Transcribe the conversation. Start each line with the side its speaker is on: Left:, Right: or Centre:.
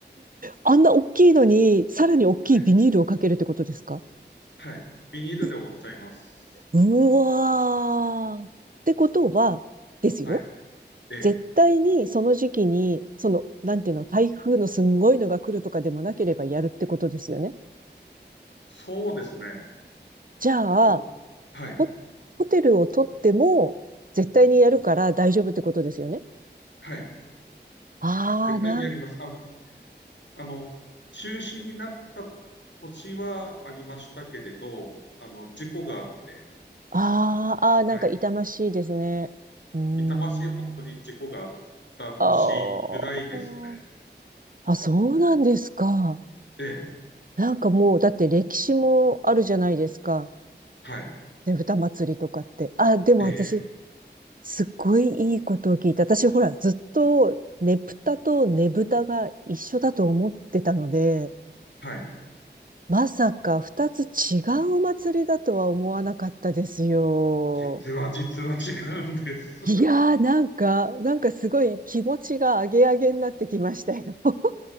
Right: あんな大きいのに、さらに大きいビニールをかけるってことですか
Left: はい。はい。ビニールで覆っちゃいます。
Right: いうわー。ってことは、ですよ。
Left: はい。ええ。
Right: 絶対にその時期に、その、なんていうの、台風のすんごいのが来るとかでもなければやるってことですよね。
Left: そうですね。
Right: じゃあ、
Left: と、はい。
Right: ホ、ホテルを取っても、絶対にやるから大丈夫ってことですよね。
Left: はい。
Right: ああ、
Left: 絶対にやります。
Right: なん、
Left: あ、あの、中止になった年はありましたけれど、あの、事故があって、
Right: あーあー、なんか痛ましいですね。
Left: はい。
Right: うーん。
Left: 痛ましい本当に事故があった年ぐらいですね。
Right: あーあ、そうなんですか。
Left: ええ、
Right: なんかもう、だって歴史もあるじゃないですか。
Left: はい、
Right: ねぶた祭りとかって。あ、でも私、
Left: ええ、
Right: すっごいいいことを聞いた。私、ほら、ずっと、ねぷたとねぶたが一緒だと思ってたので、
Left: はい。
Right: まさか二つ違うお祭りだとは思わなかったですよ。
Left: 実は、実は違うんです。<laughs>
Right: いやー、なんか、なんかすごい気持ちがアゲアゲになってきましたよ。<laughs>